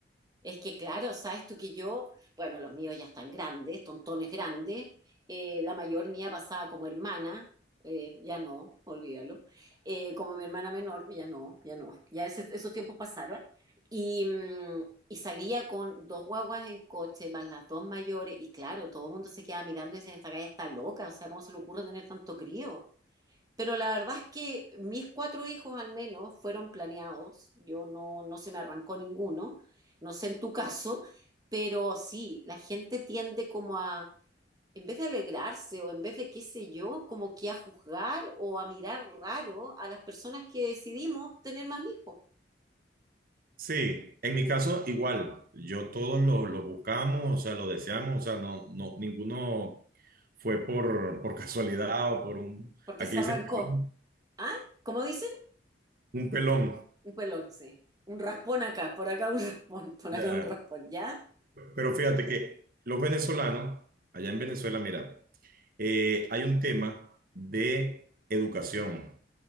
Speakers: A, on the right; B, on the right.
A: es que, claro, sabes tú que yo, bueno, los míos ya están grandes, tontones grandes. eh, la mayor mía pasaba como hermana, eh, ya no, olvídalo. eh, como mi hermana menor, ya no, ya no. Ya ese- esos tiempos pasaron. Y, mm, y salía con dos guaguas en coche, más las dos mayores. Y claro, todo el mundo se quedaba mirando y decía, esta calle está loca, o sea, ¿cómo se le ocurre tener tanto crío? Pero la verdad es que mis cuatro hijos al menos fueron planeados. Yo no, no se me arrancó ninguno. No sé en tu caso, pero sí, la gente tiende como a, en vez de alegrarse o en vez de qué sé yo, como que a juzgar o a mirar raro a las personas que decidimos tener más hijos,
B: Sí, en mi caso igual, yo todos lo, lo buscamos, o sea, lo deseamos, o sea, no, no, ninguno fue por, por casualidad o por un,
A: porque
B: aquí
A: se
B: le
A: arrancó.
B: dicen pelón,
A: ¿Ah? ¿Cómo dicen?
B: un pelón.
A: Un pelón, sí. Un raspón acá, por acá un raspón, por
B: Ya.
A: acá un raspón, ¿ya?
B: Pero fíjate que los venezolanos, allá
A: Ujú.
B: en Venezuela, mira, eh, hay un tema de educación.